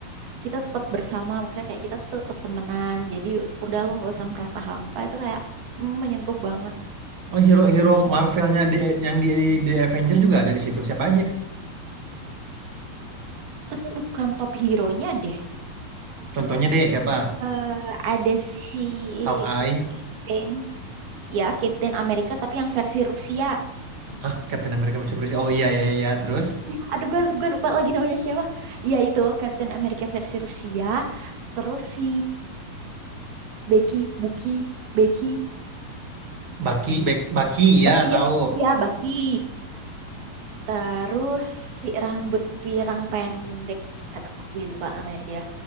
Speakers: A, on the right (about 75°); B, on the right (about 45°).
A: kita tetap bersama maksudnya kayak kita tuh tetap temenan jadi udah lu nggak usah merasa hampa itu kayak mm, menyentuh banget
B: Oh, hero-hero marvelnya di yang di The avenger juga ada di situ, siapa aja?
A: tapi bukan top hero-nya deh
B: Contohnya deh siapa?
A: eh ada si
B: Hawkeye?
A: Kate Bane. ya Captain America tapi yang versi Rusia
B: Hah, Captain America bisa berusia oh, iya iya iya, terus?
A: Ih, aduh gue gue lupa lagi namanya siapa ya itu Captain America versi Rusia terus si Becky Bucky Becky
B: Bucky, Bek Bucky, ya
A: ba-
B: tahu.
A: ya ya Bucky terus si rambut pirang pendek aduh kok gue lupa namanya dia